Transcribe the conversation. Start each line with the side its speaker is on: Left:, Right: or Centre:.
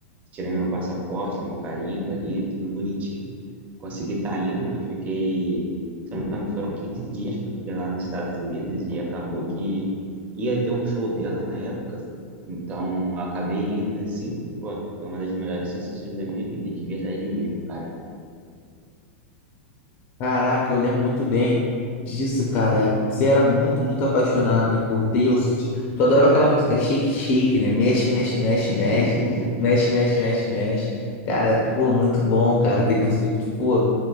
Right: Tirei meu passaporte, meu carimbo ali, tudo bonitinho. Consegui estar indo, eu fiquei, se não me engano, foram 15 dias que eu fiquei lá nos Estados Unidos e acabou que ia ter um show dela na época. Então, eu acabei indo e, assim, pô, foi uma das melhores sensações da minha vida, de verdade mesmo, cara.
Left: Caraca, eu lembro muito bem disso, cara. Você era muito, muito apaixonado, né, por Taylor Swift. Tu adorava aquela música Shake, Shake, né? Mexe, mexe, mexe,
Right: <laughs>
Left: mexe. Mexe, mexe, mexe, mexe. Cara, pô, muito bom, cara. Taylor Swift, pô.